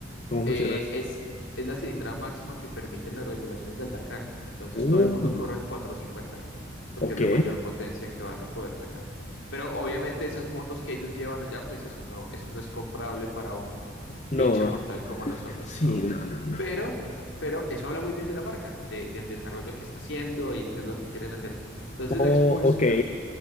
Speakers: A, on the left; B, on the left.
A: ¿Cómo
B: Eh,
A: funciona eso?
B: es, es la cilindrada máxima que permiten las regulaciones del Dakar. Entonces
A: Uh,
B: todo el mundo corre en 450 porque
A: ok.
B: es la mayor potencia que van a poder sacar. Pero obviamente esas motos que ellos llevan allá, pues eso no, eso no es comprable para un
A: No,
B: pinche mortal como nosotros,
A: sí,
B: ¿no?
A: no, no, no.
B: Pero, pero eso habla muy bien de la marca, de- del desarrollo que está haciendo y qué es lo que quieren hacer. Entonces
A: Oh,
B: la Expulse
A: ok.
B: creo,